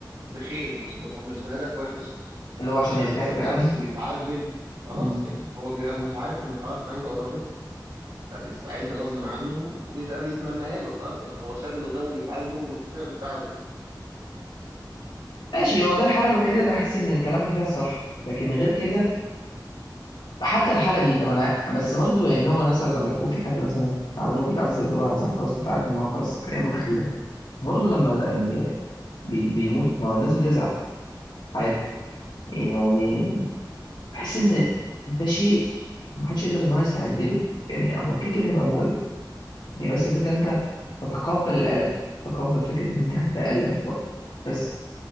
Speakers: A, on the right; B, on the left.
A: بخير مش بخ... مش بهدف وحش
B: اللي هو
A: لو
B: عشان
A: شاف
B: يرتاح
A: مثلا
B: يعني
A: شخص بيتعذب خلاص
B: مم.
A: يعني هو بيبقى مس- عارف ان خلاص نهايته قربت فبيستعد غصب عنه وبيبقى بيتمناها له خلاص يعني هو شاف اللي قدامه بيتعذب ومفيش حاجة بتساعده
B: ماشي هو ده الحالة الوحيدة اللي أحس إن كلامك فيها صح لكن غير كده حتى الحالة دي طب أنا بس برضو يعني هو مثلا لما يكون في حد مثلا تعبان وبيتعذب اللي هو عذاب خلاص أنت عارف إن هو خلاص في أيامه الأخيرة برضو لما يعني بي- بيموت ما هو الناس بتزعل عادي يعني هو بي- بحس إن ده شيء محدش يقدر إن هو يستعد له يعني هو كده كده هيبقى مؤلم يعني بس الفكرة إن أنت تتقبل الألم تتقبل فكرة إن أنت هتتألم في وقت بس